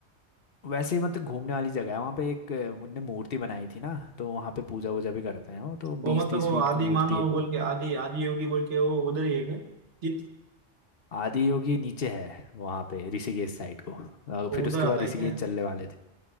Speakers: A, on the left; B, on the right.
A: वैसे ही मतलब घूमने वाली जगह है वहाँ पे एक अ, उनने मूर्ति बनाई थी ना तो वहाँ पे पूजा वूजा भी करते हैं वो तो
B: वो
A: बीस
B: मतलब
A: तीस
B: वो
A: फीट
B: आदि
A: की मूर्ति
B: मानव
A: है
B: बोल
A: वो
B: के आदि आदि योगी बोल के वो उधर ही है क्या चित
A: आदि योगी नीचे है वहाँ पे ऋषिकेश साइड को अ,
B: वो
A: फिर
B: उधर
A: उसके
B: आता
A: बाद
B: है
A: ऋषिकेश
B: क्या
A: चलने वाले थे